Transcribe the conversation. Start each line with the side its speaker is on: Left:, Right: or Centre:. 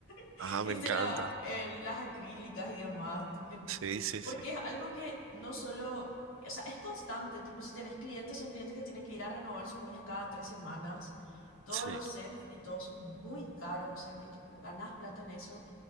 Left: <laughs>
Right: Ah,
Left: viste,
Right: me encanta.
Left: la, eh, las acrílicas y demás, tipo que,
Right: Sí, sí,
Left: porque
Right: sí.
Left: es algo que no solo, o sea, es constante, tipo, si tenés clientes, son clientes que tienen que ir a renovar sus uñas cada tres semanas, todos
Right: Sí.
Left: los sets y todos son muy caros, o sea, que tipo, ganas plata en eso